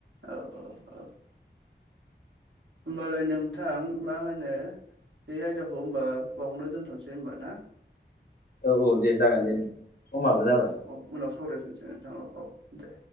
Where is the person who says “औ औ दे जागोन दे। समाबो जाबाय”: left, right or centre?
Left